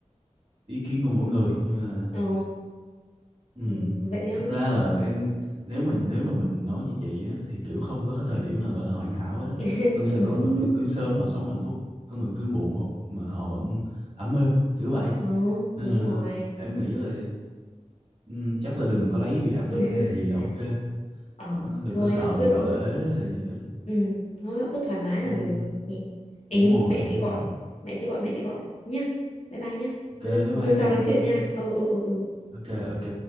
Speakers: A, on the right; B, on the left.
A: ý kiến của mỗi người nhưng mà
B: ồ
A: Ừ,
B: thì vậy đó
A: thật ra là em nếu mà nếu mà mình nói như chị á, thì kiểu không có cái thời điểm mà gọi là hoàn hảo hết đó
B: <laughs>
A: có nghĩa
B: đúng
A: là có người cứ cưới sớm họ sống hạnh phúc có người cưới muộn họ, mà họ vẫn ấm êm kiểu vậy
B: Ừ,
A: nên
B: đúng
A: là
B: rồi
A: em nghĩ là ừ, chắc là đừng có lấy vì áp
B: <laughs>
A: lực hay là gì là ok
B: ờ
A: Ờ, đừng
B: thôi
A: có sợ
B: họ
A: bị
B: cứ
A: gọi là ế hay là gì hết
B: ừ, thôi họ cứ thoải mái
A: ừ,
B: là được nhỉ em
A: đúng rồi
B: mẹ
A: đúng
B: chị
A: rồi
B: gọi mẹ chị gọi mẹ chị gọi nhá bye bye nhá
A: ok bye bye
B: <laughs>
A: nghe
B: sau nói
A: bye
B: chuyện
A: bye
B: nha ừ ừ ừ ừ
A: ok ok